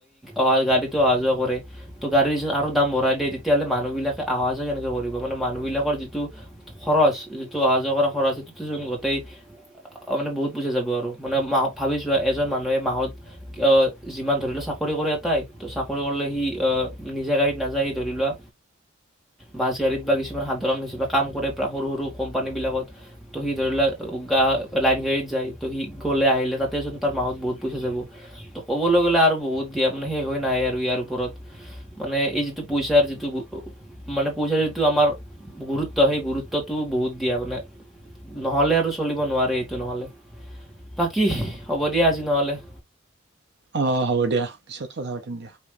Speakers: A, in the centre; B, on the right (about 55°).
A: <unintelligible> গাড়ীতেই অহা-যোৱা কৰে, ত' গাড়ীৰ যদি আৰু দাম বঢ়াই দিয়ে, তেতিয়াহ'লে, মানুহবিলাকে অহা-যোৱা কেনেকৈ কৰিব? মানে মান মানুহবিলাকৰ যিটো খৰচ, যিটো অহা-যোৱা কৰা খৰচ, সেইটোত গোটেই, মানে, বহুত পইচা যাব। আৰু, মানে, মাহত ভাবিছোৱা, এজন মানুহে মাহত যিমান, ধৰি লোৱা, চাকৰি কৰে এটাই, ত', চাকৰি কৰিলে, সি, আ, নিজা গাড়ীত নাযায়। সি, ধৰি লোৱা, বাছ-গাড়ীত বা কিছু কিছুমান সাধাৰণ হিচাপে কাম কৰে, প্ৰায় সৰু-সৰু কোম্পানীবিলাকত, ত'। সি, ধৰি লোৱা, গা, লাইন-গাড়ীত যায় ত', সি গ'লে-আহিলে, তাতেচোন তাৰ মাহত বহুত পইচা যাব তো ক'বলৈ গ'লে আৰু বহুত দিয়া মানে শেষ হৈ নাই আৰু ইয়াৰ ওপৰত মানে এই যিটো পইচাৰ যিটো মানে পইচাৰ যিটো আমাৰ গুৰুত্ব সেই গুৰুত্বটো বহুত দিয়া মানে নহ'লে আৰু চলিব নোৱাৰে এইটো নহ'লে বাকী হ'ব দিয়া আজি নহ'লে।
B: অ হ'ব দিয়া পিছত কথা পাতিম দিয়া।